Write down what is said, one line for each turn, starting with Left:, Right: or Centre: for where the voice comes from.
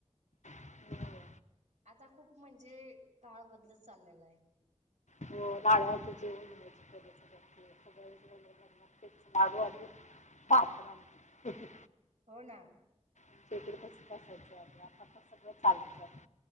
Left: हं.
Right: आता खूप म्हणजे काळ बदलत चाललेला आहे.
Left: हो लाडवाच जेवण. <unintelligible> <unintelligible> लाडू अजून भात अन् आमटी.
Right: हो ना.
Left: आमच्या इकडं तसंच असायच. आता सगळं चालंतय